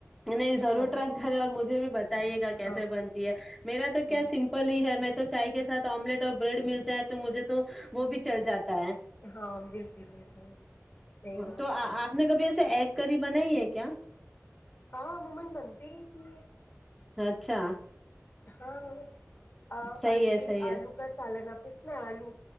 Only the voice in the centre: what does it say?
نہیں
ضرور
ٹرائی کرے اور مجھے بھی بتائیے گا کیسے
بنتی ہے میرا تو کیا
سمپل ہی ہے میں تو چائے کے ساتھ آملیٹ اور بریڈ مل جائے تو مجھے تو وہ بھی چل جاتی ہ
تو آپ
نے کبھی ایسا سے ایگ کری بنائی ہے کیا
اچھا
صحیح
ہے صحیح
ہے